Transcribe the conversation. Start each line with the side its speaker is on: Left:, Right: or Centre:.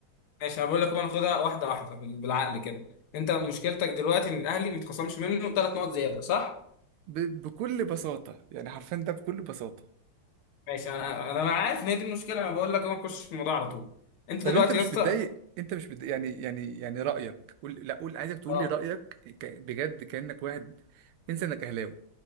Left: ماشي انا بقول لك بقى ناخدها واحده واحده بال- بالعقل كده انت مشكلتك دلوقتي ان الاهلي متخصمش منه ثلاث نقط زياده صح
Right: ب... بكل بساطه يعني حرفيا ده بكل بساطه
Left: ماشي انا انا أنا عارف ان هي دي المشكله انا بقول لك اهو نخش في الموضوع على طول انت
Right: طب
Left: دلوقتي
Right: انت مش
Left: يا اسطى
Right: متضايق انت مش متضايق يعني يعني يعني رايك قول لا قول عايزك تقول
Left: اه
Right: لي رايك ك- بجد كانك واحد انسى انك اهلاوي